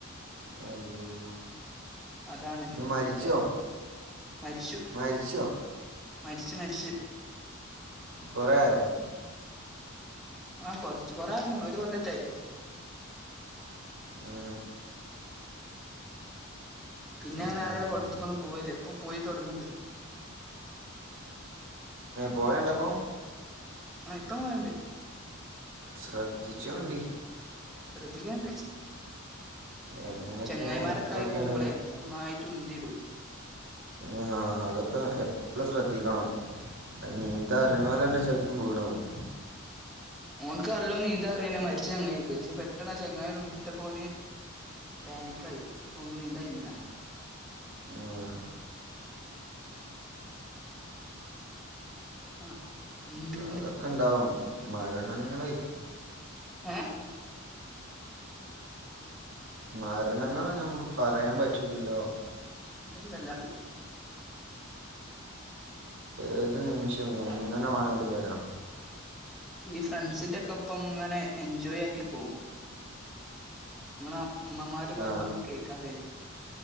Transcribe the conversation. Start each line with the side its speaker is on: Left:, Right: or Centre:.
Right: അയ്യോ
Centre: അതാണ്
Right: ഇങ്ങള് മരിച്ചോ
Centre: എന്തായിരുന്നു മരിച്ചു
Right: മരിച്ചോ
Centre: മരിച്ച് മരിച്ച്
Right: കുറേ ആയോ
Centre: ആ കൊറച്ച് കൊറായിന് ഒരു കൊല്ലത്തായി
Right: ഉം
Centre: പിന്നെ
Right: ആഹ്
Centre: അങ്ങനെ ആരും
Right: ആഹ്
Centre: കൊല്ലത്തെക്കൊന്നും പോവല്ലേ അപ്പം പോയി തുടങ്ങുന്നുണ്ട്
Right: പോയണ്ടപ്പോൾ
Centre: ആഹഇപ്പം പോയണ്ട്
Right: ശ്രദ്ധിച്ചോണ്ടി
Centre: ശ്രദ്ധിക്കാണ്ട്
Right: എങ്ങനെയൊക്കെയാണ്
Centre: ചെങ്ങായിമാരൊക്കെ
Right: എപ്പളൊക്കെയാണ്
Centre: ആയി പോകുമ്പോളെ ഒന്നായി ഉന്തിടും <unintelligible>
Right: ആ അതൊക്കെ എപ്പഴും ശ്രദ്ധിക്കണം നീന്താൻ അറിയുന്നവർ തന്നെ ചിലപ്പം വീണു പോകും
Centre: ഓനക്ക് അല്ലോ നീന്താ അറിയാ മരിച്ച ചെങ്ങാതിയ്ക്ക് പക്ഷെ പെട്ടെന്ന് ചങ്ങായി ഉണ്ട ഇട്ടപ്പോ പാനിക്ക് ആയി അപ്പൊ ഓനക്ക് നീന്തായിരുന്നില്ല
Right: ആഹ്
Centre: ആ എന്ത്
Right: അതൊക്കെ ഇണ്ടാവും മരണങ്ങളേ
Centre: ഏ
Right: മരണങ്ങ നമ്മുക്ക് പറയാൻ പറ്റൂലല്ലോ
Centre: ഇല്ലല്ല
Right: ഏത് നിമിഷവും എങ്ങനെ വേണേലും വരാം
Centre: ഈ ഫ്രണ്ട്സിന്റെ ഒക്കെ ഒപ്പം ഇങ്ങനെ എൻജോയ് ആക്കി പോവും ആ അമ്മമാര് പറണൊന്നും
Right: ആ
Centre: കേക്കാതെ